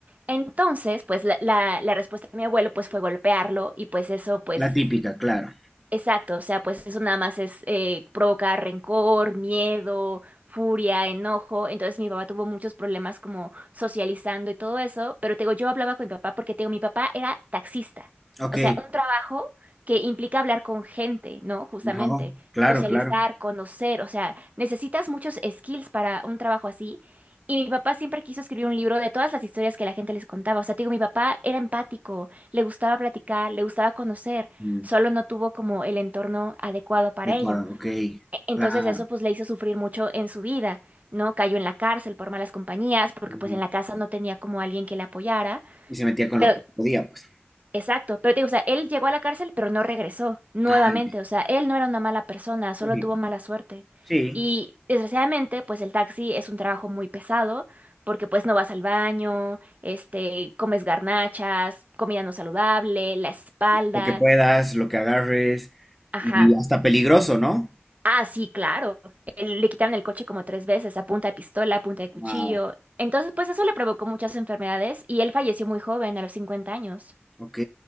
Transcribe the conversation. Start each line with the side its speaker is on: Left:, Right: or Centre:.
Right: Entonces, pues la, la- la respuesta de mi abuelo pues fue golpearlo y pues eso pues
Centre: La típica, claro.
Right: Exacto, o sea, pues eso nada más es eh, provocar rencor, miedo, furia, enojo. Entonces mi papá tuvo muchos problemas como socializando y todo eso, pero te digo, yo hablaba con mi papá porque te digo, mi papá era taxista,
Centre: Ok.
Right: o sea, un trabajo que implica hablar con gente, ¿no? Justamente,
Centre: No, claro,
Right: socializar,
Centre: claro.
Right: conocer, o sea, necesitas muchos skills para un trabajo así. Y mi papá siempre quiso escribir un libro de todas las historias que la gente les contaba. O sea, te digo, mi papá era empático, le gustaba platicar, le gustaba conocer
Centre: Mm,
Right: solo no tuvo como el entorno adecuado para
Centre: De cuadro,
Right: ello.
Centre: ok.
Right: E- Entonces
Centre: Claro.
Right: eso pues le hizo sufrir mucho en su vida, ¿no? Cayó en la cárcel por malas compañías, porque
Centre: Ujú.
Right: pues en la casa no tenía como alguien que le apoyara,
Centre: Y se metía con
Right: pero...
Centre: lo que podía, pues.
Right: Exacto, pero te digo, o sea, él llegó a la cárcel, pero no regresó nuevamente,
Centre: Ah, ya.
Right: o sea, él no era una mala persona, solo
Centre: Ujú.
Right: tuvo mala suerte.
Centre: Sí.
Right: Y desgraciadamente, pues el taxi es un trabajo muy pesado, porque pues no vas al baño, este, comes garnachas, comida no saludable, la espalda,
Centre: Lo que puedas, lo que agarres.
Right: ajá.
Centre: Y hasta peligroso, ¿no?
Right: Ah, sí, claro. Él- Le quitaron el coche como tres veces, a punta de pistola, a punta de cuchillo.
Centre: Wow.
Right: Entonces, pues eso le provocó muchas enfermedades y él falleció muy joven, a los 50 años.
Centre: Ok,